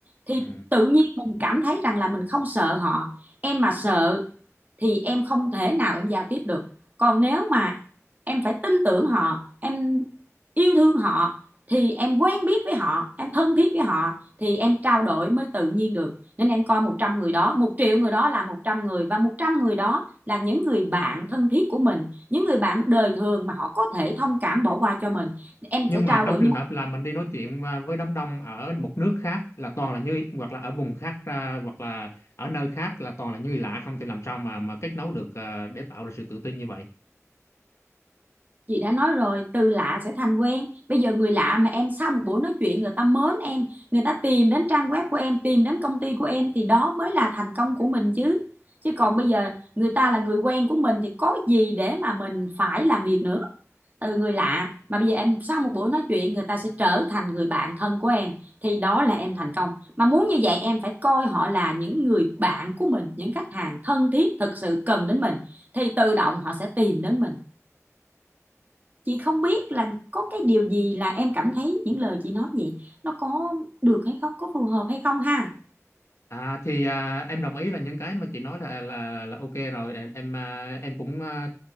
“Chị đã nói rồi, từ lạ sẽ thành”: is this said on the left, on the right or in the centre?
Right